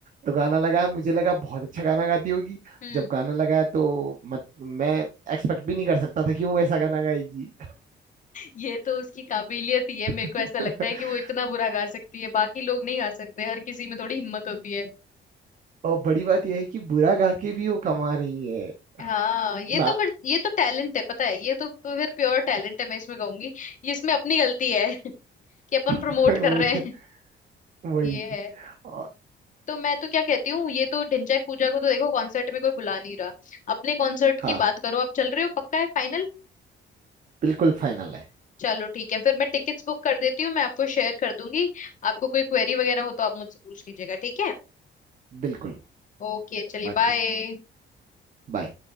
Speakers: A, on the right; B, on the left.
A: तो गाना लगाया मुझे लगा बहुत अच्छा गाना गाती होगी
B: हम्म
A: जब गाना लगाया तो मत मैं एक्सपेक्ट भी नहीं कर सकता था कि वो वैसा गाना गाएगी
B: ये तो उसकी काबिलियत ही है मेरे
A: <laughs>
B: को ऐसा लगता है कि वो इतना बुरा गा सकती है बाकी लोग नहीं गा सकते हर किसी में थोड़ी हिम्मत होती है
A: और बड़ी बात यह है कि बुरा गा के भी वो कमा रही है
B: हाँ ये
A: ना
B: तो पर ये तो टैलेंट है पता है ये तो तो फिर प्योर टैलेंट है मैं इसमें कहूंगी ये इसमें अपनी गलती है <laughs> कि अपन
A: <laughs>
B: प्रमोट
A: वही
B: कर रहे हैं
A: वही
B: ये है
A: और
B: तो मैं तो क्या कहती हूँ ये तो ढिंचैक पूजा को तो देखो कॉन्सर्ट में कोई बुला नहीं रहा अपने कॉन्सर्ट
A: हाँ
B: की बात करो आप चल रहे हो पक्का है फाइनल
A: बिल्कुल फाइनल है
B: चलो ठीक है फिर मैं टिकट्स बुक कर देती हूँ मैं आपको शेयर कर दूंगी आपको कोई क्वेरी वगैरह हो तो आप मुझसे पूछ लीजिएगा ठीक है
A: बिल्कुल
B: ओके चलिए
A: बाकी
B: बाय
A: है। बाय